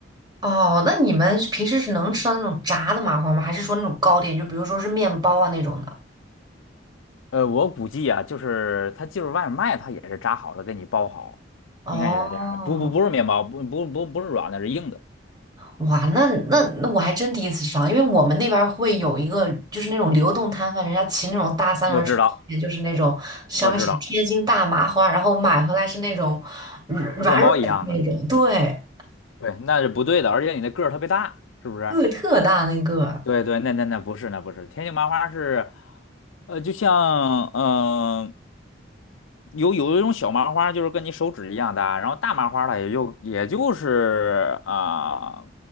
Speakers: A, on the right (about 20°); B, on the left (about 90°).
A: 哦，那你们平时是能吃到那种炸的麻花吗？还是说那种糕点，就比如说是面包啊那种的？
B: 呃，我估计啊，就是他就是外面卖，他也是炸好的，给你包好，
A: 哦，
B: 应该也是这样的。不不不是面包，不不不不是软的，是硬的。
A: 哇，那那那我还真第一次吃到，因为我们那边儿会有一个就是那种流动摊贩，人家骑那种大三轮车，
B: 我知道，
A: 后面就是那种上面写着天津大麻花，
B: 我知道，
A: 然后买回来是那种软软软的那种，
B: 面包一样的。
A: 对，
B: 对，那是不对的，而且你的个儿特别大，是不是？
A: 个特大那个，
B: 对对，那那那不是，那不是。天津麻花是，呃，就像嗯。呃有有一种小麻花，就是跟你手指一样大，然后大麻花它也就也就是啊、